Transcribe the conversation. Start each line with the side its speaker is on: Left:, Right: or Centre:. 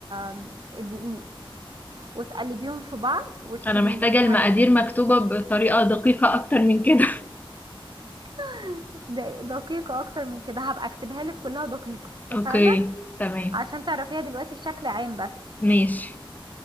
Right: آم... دقيق وتقلبيهم في بعض وتسيبيهم
Left: انا محتاجة المقادير
Right: وهتس...
Left: مكتوبة بطريقة دقيقة اكتر من كده <laughs>
Right: <laughs> د- دقيقة أكتر من كده هبقى أكتبها لك كلها دقيقة اتفقنا
Left: اوكي تمام
Right: عشان تعرفيها دلوقتي بشكل عام بس
Left: ماشي